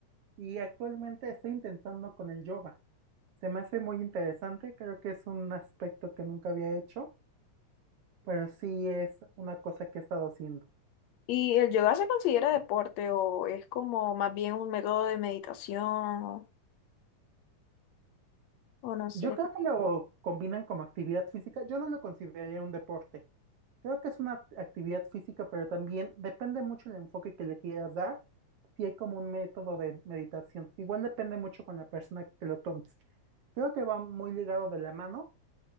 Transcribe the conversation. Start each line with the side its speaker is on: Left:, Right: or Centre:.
Right: Y actualmente estoy intentando con el yoga. Se me hace muy interesante, creo que es un aspecto que nunca había hecho, pero sí es una cosa que he estado haciendo.
Left: ¿Y el yoga se considera deporte o es como más bien un método de meditación o, o no sé?
Right: Yo creo que lo combinan como actividad física, yo no lo consideraría un deporte, Creo que es una actividad física, pero también depende mucho el enfoque que le quieras dar, si hay como un método de meditación. Igual depende mucho con la persona que lo tomes. Creo que va muy ligado de la mano.